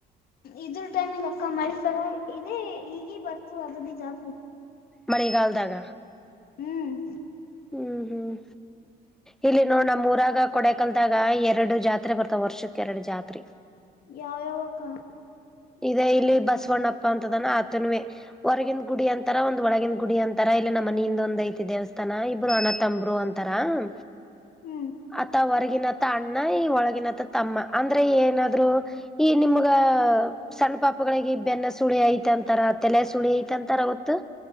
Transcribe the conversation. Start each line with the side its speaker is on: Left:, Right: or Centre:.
Left: ಇದ್ರ ಟೈಮಿಗೆ ಅಕ್ಕ ಮರಿತರ ಇದೇ ಈಗೇ ಬರ್ತು ಅದದ ಜಾತ್ರೆ
Centre: ಮಳಗಾಲದಗ
Left: ಹ್ಮ್
Centre: ಹ್ಮ್ ಹ್ಮ್ ಇಲ್ಲಿ ನೋಡ ನಮ್ಮ್ ಮೂರಾಗ ಕೊಡೆ ಕಲ್ದಾಗ ಎರಡು ಜಾತ್ರೆ ಬರ್ತಾವ ವರ್ಷಕ್ಕೆ ಎರಡು ಜಾತ್ರೆ
Left: ಯಾವ ಯಾವಕ್ಕ
Centre: ಇದೇ ಇಲ್ಲಿ ಬಸವಣ್ಣಪ್ಪ ಅಂತದಾನ ಆತನವೇ ಹೊರಗಿನ ಗುಡಿ ಅಂತಾರ ಒಂದ್ ಒಳಗಿನ ಗುಡಿ ಅಂತಾರ ಇಲ್ಲಿ ನಮ್ಮ ಮನಿಂದ ಒಂದ ಐತಿ ದೇವಸ್ಥಾನ ಇಬ್ರು ಅಣತಂಬರು ಅಂತ <unintelligible>
Left: ಹ್ಮ್
Centre: ಆತ ಹೊರಗಿನ ತ್ತ ಅಣ್ಣ ಈ ಒಳಗಿನತ್ತ ತಮ್ಮ ಅಂದ್ರೆ ಏನಾದ್ರು ಈ ನಿಮ್ಗ ಸಣ್ಣ ಪಾಪಗಳಿಗೆ ಬೆನ್ನ ಸುಳಿ ಐತಂತಾರ ತಲೆ ಸುಳಿ ಐತಂತಾರ ಅವತ್ತು